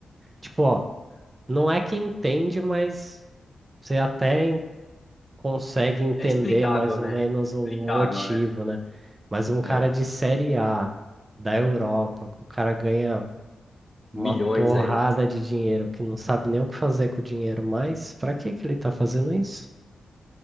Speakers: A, on the right; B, on the left.
A: tipo, ó, não é que entende, mas você até en- consegue entender
B: É explicável,
A: mais ou
B: né?
A: menos
B: Explicável,
A: o motivo,
B: né?
A: né? Mas um cara
B: É,
A: de Série A da Europa, que o cara ganha uma
B: milhões
A: porrada
B: aí.
A: de dinheiro, que não sabe nem o que fazer com o dinheiro mais, pra que que ele tá fazendo isso?